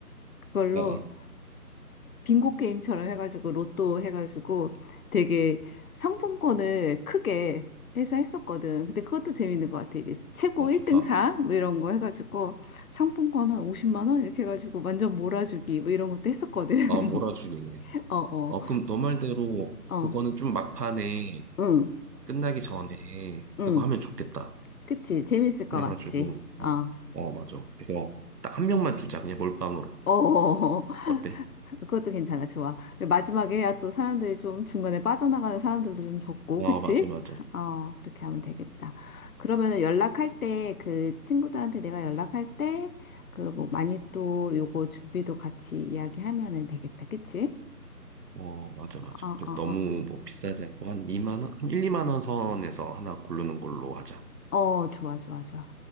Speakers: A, on the left; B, on the right.
A: 그걸로
B: 어, 어,
A: 빙고 게임처럼 해가지고 로또 해가지고 되게 상품권을 크게 해서 했었거든. 근데 그것도 재밌는 것 같아. 이제 최고
B: 어,
A: 1등상
B: 좋다.
A: 뭐 이런 거 해가지고 상품권 한 50만 원 이렇게 해가지고 완전 몰아주기 뭐 이런 것도 했었거든. <laughs>
B: 아, 몰아주기네.
A: 어, 어,
B: 어, 그럼 너 말대로
A: 어,
B: 그거는 좀 막판에
A: 응,
B: 끝나기 전에
A: 응.
B: 그거 하면 좋겠다.
A: 그치? 재밌을 것
B: 그래가지고,
A: 같지?
B: 어,
A: 어.
B: 어, 맞아. 그래서 딱 한 명만 주자. 그냥 몰빵으로.
A: 어,
B: 어때?
A: <laughs> 그것도 괜찮아. 좋아. 마지막에 해야 또 사람들이 좀 중간에 빠져나가는 사람들도 좀 적고,
B: 어,
A: 그치?
B: 맞아, 맞아.
A: 어, 그렇게 하면 되겠다. 그러면 연락할 때, 그 친구들한테 내가 연락할 때, 그 뭐 많이 또 요거 준비도 같이 이야기하면은 되겠다. 그치?
B: 어, 맞아, 맞아.
A: 어, 어,
B: 그래서 너무
A: 어.
B: 뭐 비싸지 않고 한 이만 원, 1, 2만 원 선에서 하나 고르는 걸로 하자.
A: 어, 좋아, 좋아, 좋아.